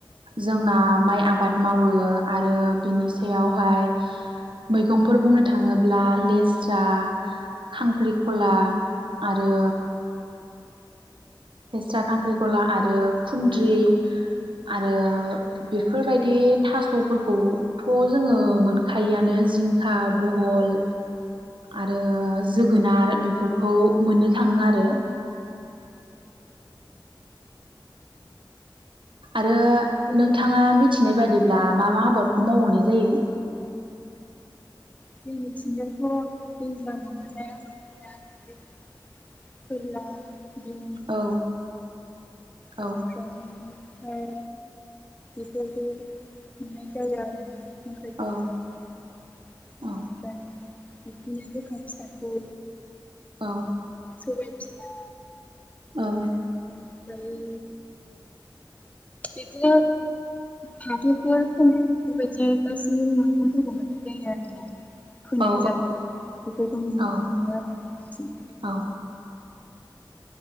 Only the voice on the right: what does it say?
जोंना माइ आबाद मावो आरो बिनि सायावहाय मैगंफोर बुंनो थाङोब्ला लेस्रा खांख्रिखला आरो लेस्रा खांख्रिखला आरो खुन्द्रि आरो बेफोरबायदि थासफोरखौथ जोङो मोनखायोआनो जिंखा बहल आरो जोगोनार बेफोरखौ मोननो थाङो आरो आरो
नोंथाङा
मिथि मिथिनाय बायदिब्ला मा मा आबादखौ मावबावनाय जायो
औ
औ
औ
औ
औ
औ
औ
औ
औ